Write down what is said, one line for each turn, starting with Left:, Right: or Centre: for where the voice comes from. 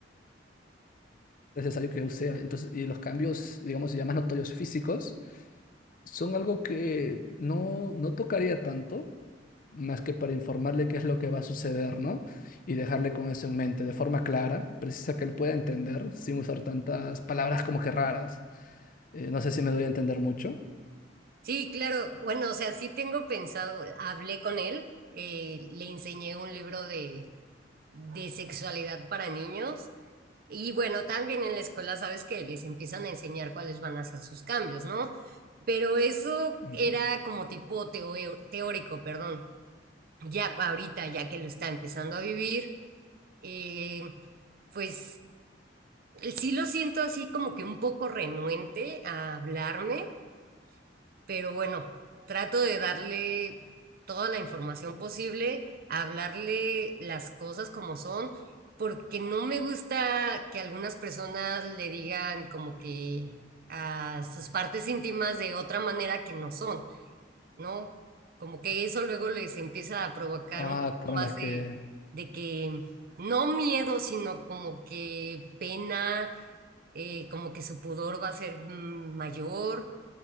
Left: necesario que use. Entonces, y los cambios, digamos, ya más notorios físicos, son algo que no, no tocaría tanto, más que para informarle qué es lo que va a suceder, ¿no? Y dejarle con eso en mente, de forma clara, precisa que él pueda entender, sin usar tantas palabras como que raras. Eh, no sé si me doy a entender mucho.
Right: Sí, claro. Bueno, o sea, sí tengo pensado, hablé con él, eh, le enseñé un libro de, de sexualidad para niños y bueno, también en la escuela sabes que les empiezan a enseñar cuáles van a ser sus cambios, ¿no? Pero eso
Left: Ujú.
Right: era como tipo teo- teórico, perdón. Ya ahorita, ya que lo está empezando a vivir, eh, pues sí lo siento así como que un poco renuente a hablarme pero bueno, trato de darle toda la información posible, hablarle las cosas como son, porque no me gusta que algunas personas le digan como que a sus partes íntimas de otra manera que no son, ¿no? Como que eso luego les empieza a provocar
Left: Ah,
Right: un poco
Left: con
Right: más
Left: las que...
Right: de, de que, no miedo, sino como que pena, eh, como que su pudor va a ser mm, mayor